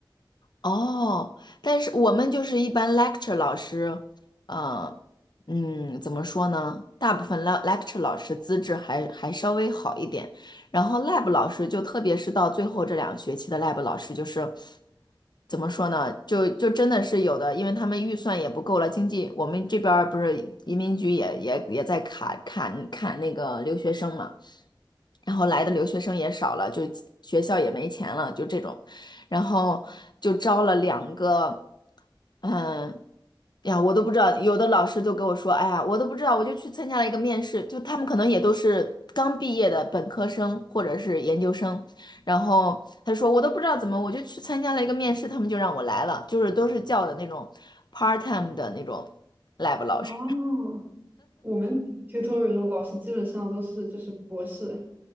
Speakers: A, on the left (about 60°); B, on the right (about 20°).
A: 哦，但是我们就是一般 lecture 老师，呃，嗯，怎么说呢？大部分 le- lecture 老师资质还还稍微好一点，然后 lab 老师就特别是到最后这两个学期的 lab 老师，就是怎么说呢？就就真的是有的，因为他们预算也不够了，经济我们这边儿不是移民局也也也在砍砍砍那个留学生嘛。然后来的留学生也少了，就学校也没钱了，就这种。然后就招了两个，嗯，哎呀，我都不知道，有的老师就跟我说，哎呀，我都不知道，我就去参加了一个面试，就他们可能也都是刚毕业的本科生或者是研究生，然后他说我都不知道怎么，我就去参加了一个面试，他们就让我来了，就是都是叫的那种 part time 的那种 lab 老师。
B: 哦，我们 tutorial 的老师基本上都是就是博士。